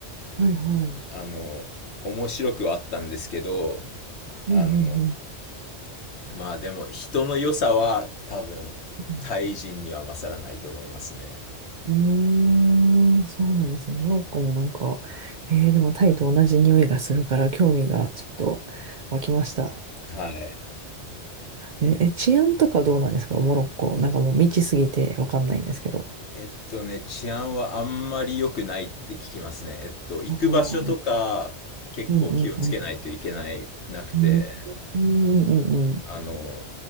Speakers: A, on the right (about 50°); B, on the left (about 70°).
A: はいはい。
B: あの、面白くはあったんですけど、
A: うん、
B: あの、
A: うん、う
B: まあでも人の良さは多分タイ人には勝らないと思いますね。
A: ん。うーん、そうなんですね。モロッコもなんか、えーでもタイと同じ匂いがするから興味がちょっと湧きました。
B: はい。
A: え、え治安とかどうなんですかモロッコ。なんかもう未知すぎてわかんないんですけど。
B: えっとね、治安はあんまり良くないって聞きますね。えっと、行く場所とか結構気をつけないといけない、
A: おーうんうんうん。
B: なくて。
A: うんうんうん
B: あの、